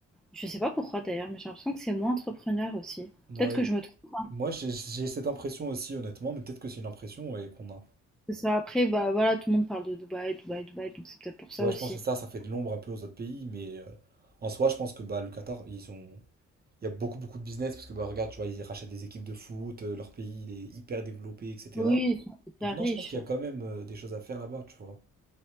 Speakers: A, in the centre; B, on the right.
A: Je sais pas pourquoi d'ailleurs, mais j'ai l'impression que c'est moins entrepreneur aussi.
B: Moi,
A: Peut-être que je me trompe. hein.
B: moi j'ai j'ai cette impression aussi, honnêtement, mais peut-être que c'est une impression et qu'on a.
A: C'est Ça, après, bah voilà, tout le monde parle de Dubaï, Dubaï, Dubaï, donc c'est peut-être pour ça
B: Ouais,
A: aussi.
B: je pense que c'est ça, ça fait de l'ombre un peu aux autres pays, mais euh, en soi, je pense que bah, le Qatar, ils ont... il y a beaucoup, beaucoup de business, parce que bah, regarde, tu vois, ils rachètent des équipes de foot, euh, leur pays, il est hyper développé, etc.
A: Oui, ils sont hyper
B: Donc non,
A: riches.
B: je pense qu'il y a quand même euh, des choses à faire là-bas, tu vois.